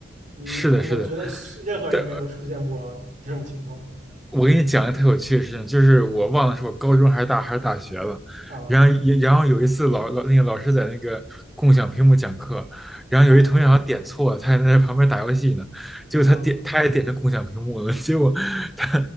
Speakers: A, on the right; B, in the centre.
A: 你我觉得是任何人应该都出现过这种情况
B: 是的，是的。对，我给你讲一个特有趣的事情，就是我忘了是我高中还是大还是大学了，
A: 啊
B: 然后也然后有一次老老那个老师在那个共享屏幕讲课，然后有一同学好像点错了，
A: 啊
B: 他还在旁边打游戏呢，结果他点他也点成共享屏幕了，
A: 啊！
B: 结果他